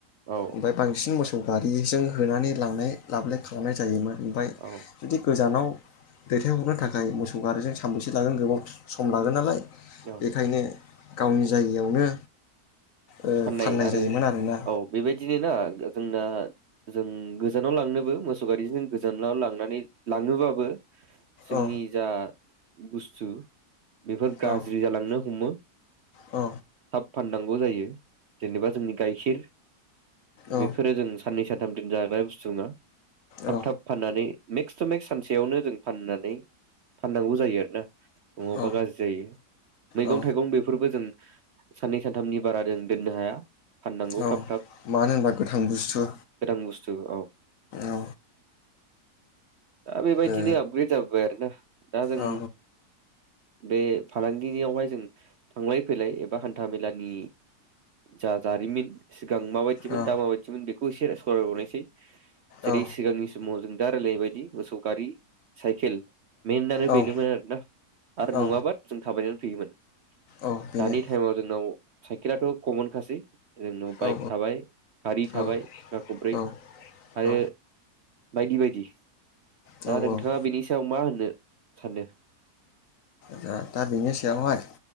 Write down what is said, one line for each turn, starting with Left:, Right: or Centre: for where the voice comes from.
Right: औ
Left: ओमफाय बांसिन मोस सौ गारिजों होनानै लांनाय लाबोनाय खालामनाय जायोमोन ओमफाय
Right: औ
Left: जुदि गोजानाव दैथायहरनो थाखाय मोसौ गारिजों सानबेसे लागोन गोबाव सम लागोन नालाय
Right: औ
Left: बेखायनो गावनि जायगायावनो ओ
Right: फाननाय आरो
Left: जायोमोन आरोना
Right: औ बेबायदिनो ना जोंना जों गोजानाव लांनोबो मोसौ गारिजों गोजानाव लांनानै लाङोबाबो जोंनि
Left: औ
Right: जा बुस्थु बेफोर गाज्रि
Left: औ
Right: जालांनो हमो
Left: औ
Right: थाब फान नांगौ जायो जेनेबा जोंनि गायखिर
Left: औ
Right: बेफोरो जों साननै सान थाम दोनजाग्रा बुस्थु नङा थाब
Left: औ
Right: थाब फाननानै मेक्स टु मेक्स सानसेयावनो जों फाननानै फाननांगौ जायो आरोना नङाबा
Left: औ
Right: गाज्रि जायो मैगं
Left: औ
Right: थाइगं बेफोरबो जों सान्नै सानथामनि बारा दोन दोन्नो हाया फाननांगौ
Left: औ
Right: थाब थाब
Left: मानो होनबा गोथां बुस्थु
Right: गोदान बुस्थु औ
Left: औ
Right: दा बेबायदिनो
Left: ओ
Right: आपग्रेद जाबोबाय आरो ना दा जों
Left: औ
Right: बे फालांगियावहाय जों थांलाय फैलाय एबा हान्था मेलानि जा जारिमन सिगां माबायदिमोन
Left: औ
Right: दा माबायदिमोन बे खौ एसे सावराय बावनायसै जेरै
Left: औ
Right: सिगांनि समाव जों दा रायलाय बायदि मोसौ गारि साइकेल मेन आनो
Left: औ
Right: बेनोमोन आरोना आरो
Left: औ
Right: नङाबा जों थाबायनानै फैमोन
Left: औ बेनो
Right: दानि टाइमाव जोंनाव राथ' कमन खासै जोंनाव बाइक
Left: औ
Right: थाबाय गारि थाबाय
Left: औ
Right: साखा खब्रै
Left: औ
Right: आरो
Left: औ
Right: बायदि-बायदि
Left: औ
Right: दा नोंथाङा
Left: औ
Right: बिनि सायाव मा होनो? सानो
Left: दा-दा बिनि सायावहाय